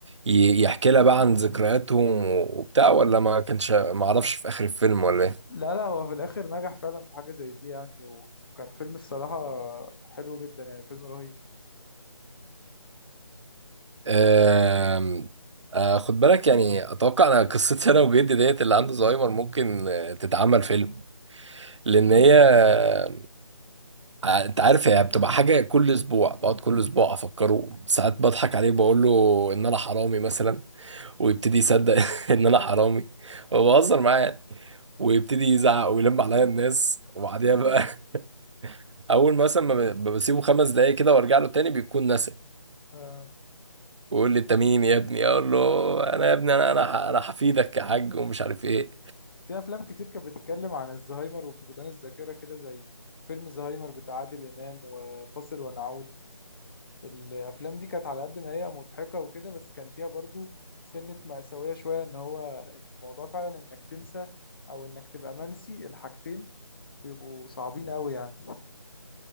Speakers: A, on the right (about 60°); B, on the left (about 45°).
A: ي- يحكي لها بقى عن ذكرياتهم وبتاع ولا ما كانش ما عرفش في اخر الفيلم ولا ايه
B: لا لا هو في الاخر نجح فعلا في حاجة زي دي يعني وكان فيلم الصراحة حلو جدا يعني فيلم رهيب
A: آم، آه، خد بالك يعني اتوقع انا قصتي انا وجدي ديت اللي عنده زهايمر ممكن آه، تتعمل فيلم لان هي آه، آه، انت عارف هي بتبقى حاجه كل اسبوع بقعد كل اسبوع افكره ساعات بضحك عليه بقول له ان انا حرامي مثلا ويبتدي يصدق <laughs> ان انا حرامي وبهزر معاه يعني ويبتدي يزعق ويلم عليا الناس وبعديها بقى <laughs> اول ما مثلا ما ب- بسيبه خمس دقايق كده وارجع له تاني بيكون نسى
B: آه.
A: ويقول لي انت مين يا ابني اقول له انا يا ابني انا انا انا حفيدك يا حاج ومش عارف ايه
B: في افلام كتير كانت بتتكلم عن الزهايمر وفقدان الذاكره كده زي فيلم زهايمر بتاع عادل امام وفاصل ونعود الافلام دي كانت على قد ما هي مضحكه وكده بس كان فيها برضو سنه مأساويه شويه ان هو الموضوع فعلا انك تنسى او انك تبقى منسي الحاجتين بيبقوا صعبين قوي يعني